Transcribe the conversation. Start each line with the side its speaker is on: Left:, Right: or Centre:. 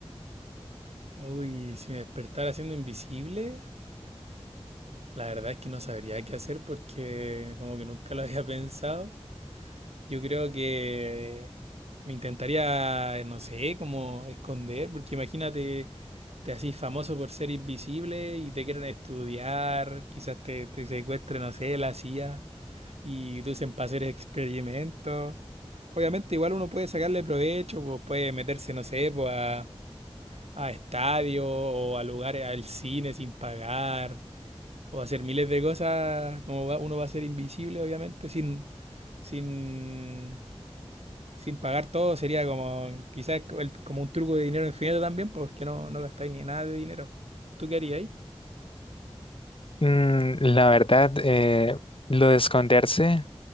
Right: Uy, si me despertara siendo invisible, La verdad es que no sabría qué hacer porque como que nunca lo había pensado. Yo creo que me intentaría, no sé, como esconder, porque imagínate, te haces famoso por ser invisible y te quieren estudiar, quizás te, te secuestre, no sé, la CIA y te usen para hacer experimentos. Obviamente igual uno puede sacarle provecho, pues puede meterse, no sé, pues a, a estadios o a lugares, al cine sin pagar o hacer miles de cosas, como va- uno va a ser invisible, obviamente, sin, sin, sin pagar todo, sería como quizás el- como un truco de dinero infinito también, porque no, no gastáis ni nada de dinero. ¿Tú qué harías ahí?
Left: Mm, la verdad, eh, lo de esconderse